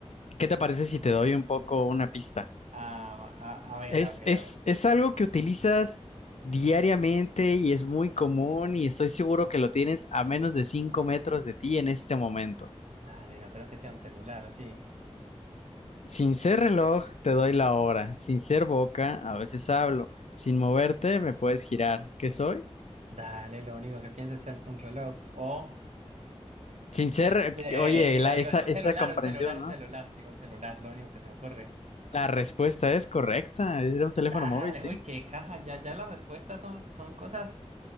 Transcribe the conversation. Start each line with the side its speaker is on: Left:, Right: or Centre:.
Left: ¿Qué te parece si te doy un poco una pista?
Right: Ah, a, a ver,
Left: Es,
Right: a ver,
Left: es,
Right: a ver.
Left: es algo que utilizas diariamente y es muy común y estoy seguro que lo tienes a menos de 5 metros de ti en este momento.
Right: Dale, no creo que sea un celular, ¿o sí?
Left: Sin ser reloj, te doy la hora. Sin ser boca, a veces hablo. Sin moverte, me puedes girar. ¿Qué soy?
Right: Dale, lo único que pienso es el- un reloj. O,
Left: Sin ser,
Right: eh, eh,
Left: oye,
Right: eh, digo,
Left: la,
Right: digo,
Left: esa,
Right: un
Left: esa
Right: celular,
Left: comprensión,
Right: un celular, un
Left: ¿no?
Right: celular. Digo, un celular, lo único que se me ocurre.
Left: La respuesta es correcta. Era un teléfono
Right: Dale,
Left: móvil, sí.
Right: uy, qué caja. Ya, ya las respuestas son, son cosas.